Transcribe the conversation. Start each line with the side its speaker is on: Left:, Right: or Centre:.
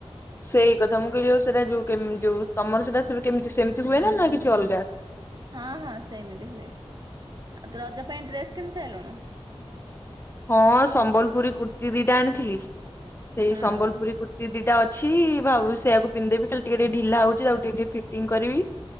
Left: ସେଇ କଥା ମୁଁ କହିବ ସେଇଟା ଯୋଉ ଯୋଉ ତମର ସେଟା କେମିତି ସେମିତି ହୁଏ ନା ନା କିଛି ଅଲଗା?
Right: ହଁ ହଁ ସେମିତି ହୁଏ ଆଉ ତୁ ରଜ ପାଇଁ ଡ୍ରେସ୍ କିଣି ସାରିଲୁଣୁ
Left: ହଁ ସମ୍ବଲପୁରୀ କୁର୍ତ୍ତୀ ଦିଟା ଆଣିଥିଲି ସେଇ
Right: ହଁ
Left: ସମ୍ବଲପୁରୀ କୁର୍ତ୍ ଦି ଦିଟା ଅଛି ଭାବୁଛି ସେଇଆକୁ ପିନ୍ଧ ଦେବି ଖାଲି ଟିକେ ଟିକେ ଢିଲା ହଉଛି ଆଉ ଟିକେ ଟିକେ ଫିଟିଂ କରିବି।